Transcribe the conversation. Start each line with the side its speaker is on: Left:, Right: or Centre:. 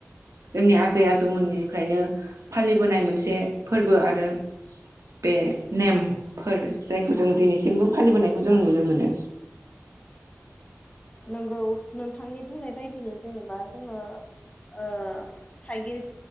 Right: जोंनि आजै आजौमोननिफ्रायनो फालिबोनाय मोनसे फोरबो आरो बे नेमफोर जायखौ जों दिनैसिमबो फालिबोनायखौ जों
Left: औ
Right: नुनो मोनो।
Left: नोंगौ नोंथांनि बुंनाय बायदिनो जेनेबा जोङो ओ थाइगिर